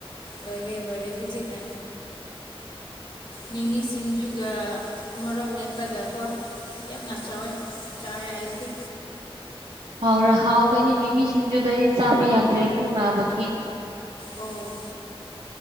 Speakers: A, on the left; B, on the right.
A: ꯂꯣꯏꯔꯦ ꯂꯣꯏꯔꯦ ꯍꯧꯖꯤꯛꯅ ꯃꯤꯃꯤ ꯁꯤꯡꯖꯨꯒ ꯃꯣꯔꯣꯛ ꯃꯦꯠꯄꯒ ꯀꯣ ꯌꯥꯝꯅ
B: ꯑꯣ
A: ꯆꯥꯎꯋꯦ ꯆꯥꯔꯦ ꯑꯩꯗꯤ
B: ꯍꯥꯎꯔ ꯍꯥꯎꯒꯅꯤ ꯃꯤꯃꯤꯁꯤꯡꯖꯨꯗꯣ ꯑꯩꯗꯤ ꯆꯥꯕ ꯌꯥꯗ꯭ꯔꯦ ꯄꯨꯛ ꯅꯥꯕꯒꯤ
A: ꯑꯣ